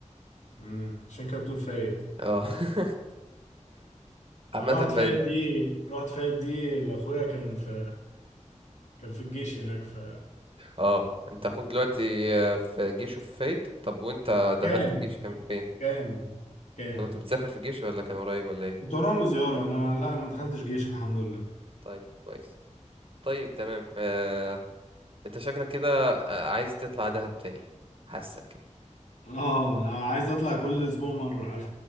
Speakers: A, on the left (about 65°); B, on the right (about 45°).
A: مم، عشان كده بتقول فايد
B: اه <laughs> عامه
A: انا رحت فايت
B: فايد
A: دي رحت فايت دي لاخويا كان في كان في الجيش هناك ف
B: اه انت اخوك دلوقتي آه، في جيش وفي فايد طب وانت دخلت
A: كان
B: الجيش كان فين
A: كان كان
B: انت كنت بتسافر في الجيش ولا كان قريب ولا ايه
A: كنت اروح له زياره انا لا انا ما دخلتش جيش الحمد لله
B: طيب كويس طيب تمام آه... انت شكلك كده آه، عايز تطلع دهب تاني حاسك كده
A: اه انا عايز اطلع كل اسبوع مره عارف